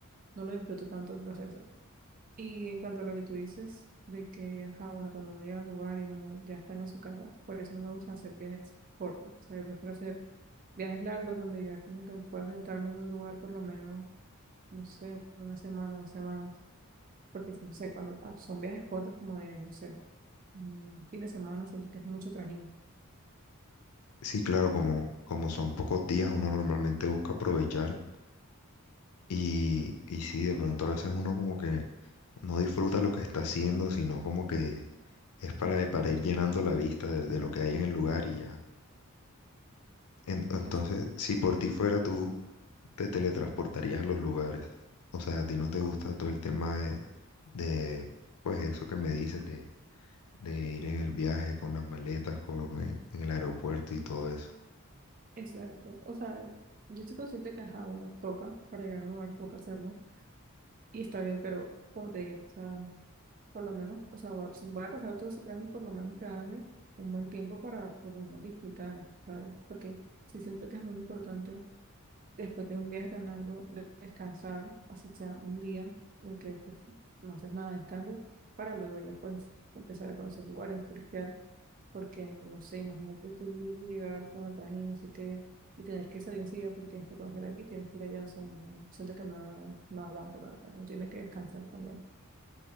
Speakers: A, on the right; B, on the left.
A: no lo disfruto tanto el proceso. Y en cuanto a lo que tú dices, de que, ajá, bueno, cuando uno llega a un lugar y uno ya está en su casa, por eso no me gusta hacer viajes cortos. O sea, yo prefiero hacer viajes largos donde ya como que pueda sentarme en un lugar por lo menos, no sé, una semana, dos semanas porque no sé, cuando ah, son viajes cortos como de, no sé, un fin de semana, siento que es mucho trajín.
B: Sí, claro, como, como son pocos días, uno normalmente busca aprovechar y, y sí, de pronto a veces uno como que no disfruta lo que está haciendo, sino como que es para, para ir llenando la vista de, de lo que hay en el lugar y ya. En- entonces,
A: Es-
B: si por ti fuera tú te teletransportarías a los lugares. O sea, a ti no te gusta todo el tema de, de pues eso que me dices, de, de ir en el viaje con las maletas, con, en, en el aeropuerto y todo eso.
A: exacto. O sea, yo estoy consciente que, ajá, bueno, toca, para llegar a un lugar toca hacerlo, y está bien, pero como te digo, o sea, por lo menos, o sea, bueno, si voy a pasar todo ese trajín, por lo menos quedarme un buen tiempo para por lo menos disfrutar, ¿sabes? Porque sí siento que es muy importante después de un viaje tan largo, de descansar, así sea un día en el que pues, no haces nada, descansas, para luego ya pues empezar a conocer lugares, turistear, porque no sé, imagínate tú llegar con el traje y no sé qué, y tener que salir enseguida porque tienes que conocer aquí, tienes que ir allá, o sea, no- siento que no, no aguanto, la verdad, uno tiene que descansar también.